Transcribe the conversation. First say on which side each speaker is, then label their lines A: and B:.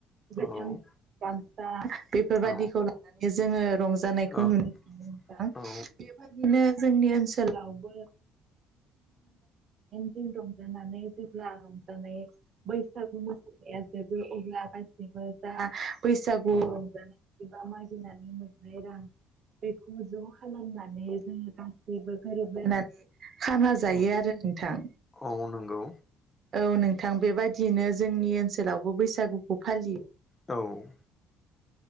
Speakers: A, on the right; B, on the left.
A: गोथां
B: औ
A: गामसा बेफोरबायदिखौ
B: औ
A: लानानै जोङो रंजानायखौ
B: औ औ
A: नुनो मोनो
B: औ
A: बेबायदिनो जोंनि ओनसोलावबो रंजानानै जेब्ला रंजानाय बैसागु मोसानाय जोबो अब्ला गाससिबो जा बैसागु
B: औ
A: रंजानाय बा मागिनाय मागिनानै मोननाय रां बेखौ ज' खालामनानै जोङो गां बेबो गोरोबलायनानै खाना जायो
B: औ
A: आरो नोंथां
B: औ नंगौ
A: औ नोंथां बेबायदियैनो जोंनि ओनसोलावबो बैसागुखौ फालियो
B: औ